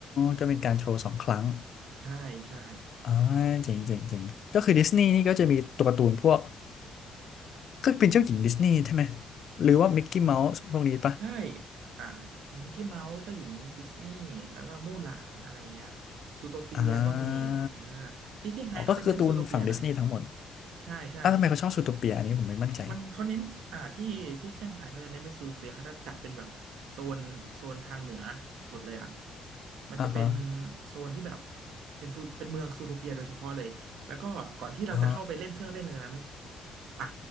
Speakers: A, on the left (about 60°); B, on the right (about 80°).
A: ก็เป็นการโชว์สองครั้ง
B: ใช่ใช่
A: อ่าเจ๋งเจ๋งเจ๋งก็คือดิสนีย์นี่ก็จะมีตัวการ์ตูนพวกก็เป็นเจ้าหญิงดิสนีย์ใช่ไหมหรือว่ามิกกี้เมาส์พวกนี้ปะ
B: ใช่อ่ามิกกี้เมาส์เจ้าหญิงดิสนีย์แล้วก็มู่หลานอะไรอย่างเงี้ยซูโทเปียก็มีอ่า
A: อ่า
B: ที่เซี่ยงไฮ้เขาจะเน้นซูโทเปียหน่อย
A: อ๋อก็คือการ์ตูนฝั่งดิสนีย์ทั้งหมด
B: ใช่ใช่
A: อ่ะทำไมเขาชอบซูโทเปียอันนี้ผมไม่มั่นใจ
B: มันเขาเน้นอ่าที่ที่เชียงไฮ้เขาจะเน้นไปนซูเปียเขาจะจัดเป็นแบบโซนโซนทางเหนือสุดเลยอ่ะมันจะเป็น
A: อ่าฮะ
B: โซนที่แบบเป็นซูเป็นเมืองซูโทเปียโดยเฉพาะเลยแล้วก็ก่อนที่เราจะเข้าไปเล่นเครื่องเล่นในนั้น
A: อ๋อ
B: อ่ะ